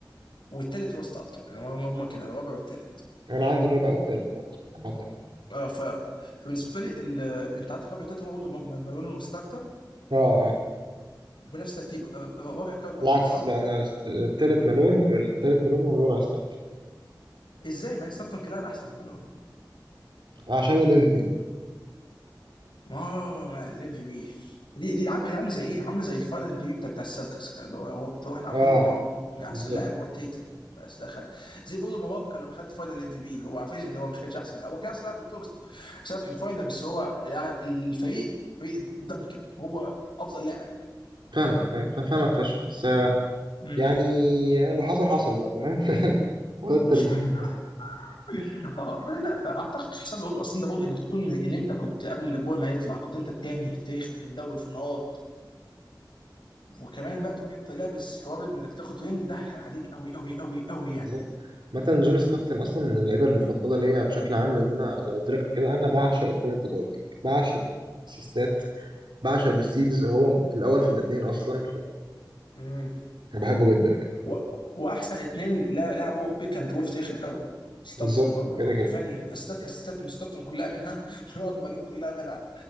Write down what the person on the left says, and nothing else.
والثالث هو ستاركتون يعني هم هم كده الرابع والثالث
اه ف... فبالنسبه لي ال... انت عندك رابع وثالث هم برضه م- مالون وستاركتون
بنفس ترتيب آه، رابع كان مالون
صح؟
ازاي مع ان ستاركتون كان لاعب احسن من مالون
اه الام في بي دي دي عارفه دي عامله زي ايه؟ عامله زي الفاينل ام في بي بتاع بتاع السلتكس كان اللي هو هو بتوع احنا عارفين
اللي هو احسن
لاعب هو تيتم بس دخل زي برضه مبابكا لما خد فاينل ام في بي هو عارفين ان هو مش كانش احسن هو كان احسن لاعب في البطوله بس عشان في الفاينل بس هو الع- الفريق فريق دانكن هو افضل لاعب
امم
<laughs>
اه ولا لا اعتقد تحسب برضه اصل انت برضه انك تكون من اللي انت كنت قبل اللي بول ما يطلع كنت انت التاني في تاريخ الدوري في النقاط وكمان بقى تبقى انت لابس حوار انك تاخد رينج ده كان عليك قوي قوي قوي قوي
يعني
امم
و... واحسن اثنين لعبوا بيك اند بول في تاريخ الدوري ستاكتون
مالون
حرفيا استات استات من ستاكتون كلها منها <laughs> ونقط مالون كلها منها